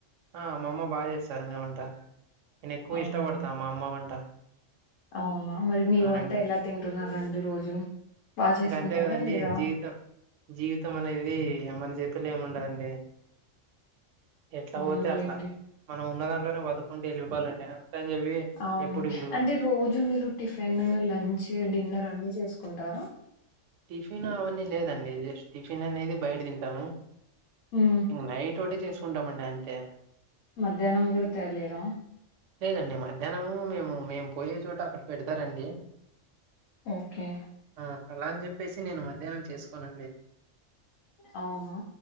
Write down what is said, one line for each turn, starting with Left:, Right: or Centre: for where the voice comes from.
Right: ఆ మా అమ్మ బా చేస్తార నే వంట నే నెక్కువ
Left: అవునా
Right: ఇష్టపడతా మా అమ్మ వంట
Left: అవునా మరి మీ
Right: అవునండి
Left: వంట ఎలా తింటున్న రండి రోజు బా చేస్
Right: ఇంకా అంతే
Left: కుంటారా
Right: కదండి
Left: లేదా
Right: జీవితం జీవితం అనేది మన చేతుల్లో ఏమ్ ఉండదండి ఎట్లా
Left: అవునులేండి
Right: పోతే అట్లా మనం ఉన్న దాంట్లోనే బతుకుంటు వెళ్ళిపోవాలండి అని చెప్పి
Left: అవును
Right: ఎప్పుడు ఇప్పుడు
Left: అంటే రోజు మీరు టిఫిన్ లంచ్ డిన్నర్ అన్ని చేసుకుంటారు
Right: టిఫిన్ అవన్నీ లేదండి జస్ట్ టిఫిన్ అనేది బయట తింటాము
Left: హ్మ్
Right: నైట్ ఒకటే చేసుకుంటామండి అంతే
Left: మధ్యాహ్నం కూడా తాలేరా
Right: లేదండి మధ్యాహ్నము మేము మేము పోయే చోట అక్కడ పెడతారండి
Left: ఓకే
Right: ఆ అలా అని చెప్పేసి నేను మధ్యాహ్నం చేసుకోనండి
Left: అవునా